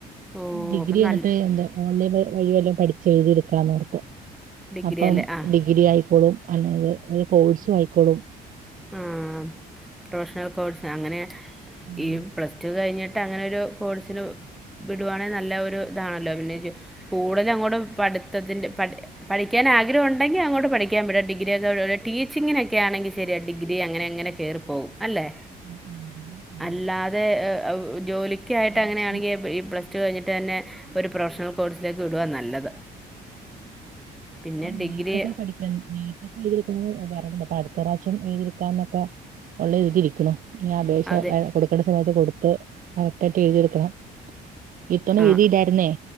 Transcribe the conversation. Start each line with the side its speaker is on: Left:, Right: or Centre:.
Centre: ഓഹ്
Right: ഡിഗ്രി
Centre: അപ്പം
Right: എന്നിട്ട്
Centre: നല്ല
Right: എന്താ ഓൺലൈൻ വഴിവെല്ലും പഠിച്ച് എഴുത്തിയെടുക്കാന്ന് <unintelligible>
Centre: ഡിഗ്രി
Right: അപ്പം
Centre: അല്ലേ ആഹ്
Right: ഡിഗ്രി ആയിക്കോളും അല്ലെ ഈ കോഴ്സു ആയിക്കോളും
Centre: ആഹ് പ്രൊഫ്ഷണൽ കോഴ്സ് അങ്ങനെ
Right: ഉം.
Centre: ഈ പ്ലസ് ടു കഴിഞ്ഞ് അങ്ങനെ ഒരു കോഴ്സിന് വിടുവാണെ നല്ല ഒരു ഇതാണല്ലോ പിന്നെ കൂടുതലും അങ്ങോട്ട പട്ത്തത്തിന്റെ പടി പഠിക്കാ ആഗ്രഹം ഉണ്ടെകിൽ അങ്ങോട്ട് പഠികാൻ വിടുക. <unintelligible> ടീച്ചിങ്ങിനൊക്കെ ആണെങ്കിൽ ശെരിയാ ഡിഗ്രിയക്കെ അങ്ങനെ. അങ്ങനെ കേറിപ്പോവും അല്ലെ.
Right: ആ, അതാണ്. ആ,
Centre: അല്ലാതെ ജോലിക്കക്കായിട്ട്
Right: കോഴ്സ്
Centre: അങ്ങനെയാണെങ്കിൽ ഈ പ്ലസ് റ്റ് കഴിഞ്ഞിട്ടന്നെ ഒരു പ്രൊഫഷണൽ കോഴ്സിലേക്ക് വിടുവ നല്ലത് പിന്നെ ഡിഗ്രി
Right: നീറ്റൊക്കെ പഠിക്ക നീറ്റൊക്കെ എഴതിെടുക്ക അപ്പ അടുത്ത പ്രാവശ്യം തിക്കാനൊക്കെ ഉള്ളെഴുതിവെക്ക്ണു ഈ അപേക്ഷ
Centre: അതെ
Right: കൊടുക്കെണ്ട സമയത്ത് കൊടുത്ത് അടുത്തായ്ട്ട് എഴുതിട്ക്കണം ഇത്തവണ
Centre: ആഹ്
Right: എഴുതിയില്ലായിരുന്നേ?